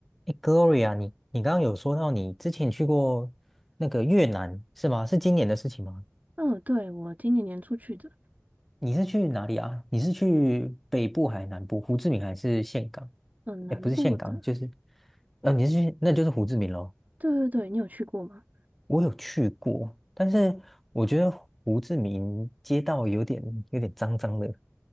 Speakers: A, in the centre; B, on the right.
A: 哎，Gloria，你你刚刚有说到你之前去过那个越南是吗？是今年的事情吗？
B: 嗯，对，我今年年初去的，
A: 你是去哪里啊？你是去北部还是南部？胡志明还是岘港？
B: 嗯，南部的，
A: 哎，不是岘港，就是呃，你是去那就是胡志明咯。
B: 对对对，你有去过吗？
A: 我有去过，但是我觉得胡志明街道有点有点脏脏的。